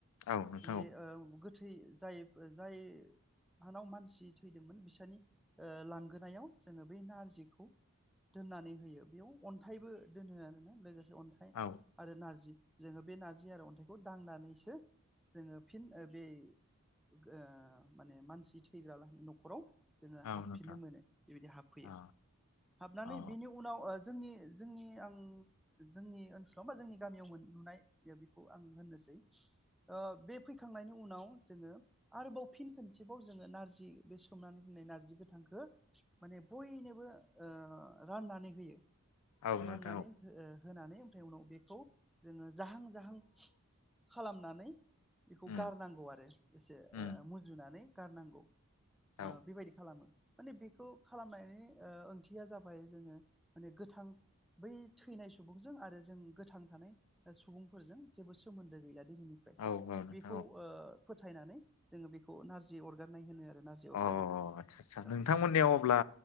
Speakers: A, on the left; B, in the centre.
A: औ नोंथां
B: बे औ गोथै जाय जाय हानाव मानसि थैदोंमोन बिसोरनि ओ लांगोनायाव जोङो बे नारजिखौ दोननानै। होयो बेयाव अन्थाइबो दोनो आरोना लोगोसे। अन्थाइ
A: औ
B: आरो नारजि जोङो बे नारजि आरो अन्थाइखौ दांनानैसो जोङो फिन बे ओ माने मानसि थैग्रा लाहानि न'खराव जोङो
A: औ
B: हाबफिननो
A: नोंथां
B: मोनो बेबायदि हाबफैयो
A: औ
B: हाबनानै
A: औ
B: बेनि उनाव जोंनि जोंनि आं जोंनि ओनसोलाव बा जोंनि गामियाव मोन नुनाय बेखौ आं होननोसै ओ बे फैखांनायनि उनाव जोङो आरोबाव फिन खनसेबाव जोङो नारजि बे सोमनानै दोननाय नारजि गोथांखौ माने बयनोबो ओ राननानै होयो
A: औ नोंथां
B: राननानै
A: औ
B: ओ होनानै ओमफ्राय उनाव बेखौ जोङो जाहां जाहां खालाम नानै बेखौ
A: उम
B: गारनांगौ आरो एसे
A: उम
B: मुजुनानै गारनांगौ ओ
A: औ
B: बेबायदि खालामो माने बेखौ खालामनायनि ओ ओंथिया जाबाय बाय जोङो माने गोथां बै थैनाय सुबुंजों आरो जों गोथां थानाय ओ सुबुंफोरजों जेबो सोमोन्दो गैला दैनिफ्राय
A: औ औ नोंथां
B: बेखौ
A: औ
B: ओ फोथायनानै जोङो बेखौ नारजि अरगारनाय होनो आरो नारजि
A: औ
B: अरगारो
A: औ औ आदसा आदसा नोंथांमोननियाव
B: औ
A: अब्ला